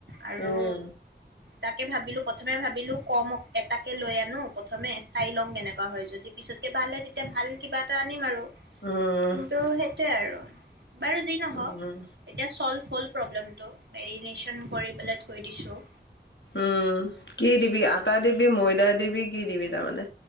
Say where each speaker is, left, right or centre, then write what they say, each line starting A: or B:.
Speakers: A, on the right; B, on the left.
A: আৰু
B: উম।
A: তাকে ভাবিলো প্ৰথমে ভাবিলো কম এটাকে লৈ আনো প্ৰথমে চাই লওঁ কেনেকুৱা হয়, যদি পিছতকে ভাল তেতিয়া ভাল কিবা এটা আনিম আৰু।
B: উম
A: কিন্তু সেইটোৱে আৰু। বাৰু যি নহওক
B: উম
A: এতিয়া চলভ হল। প্ৰব্লেম টো মেৰিনেচন কৰি পেলাই থৈ দিছো।
B: উম কি দিবি? আটা দিবি? ময়দা দিবি? কি দিবি? তাৰমানে।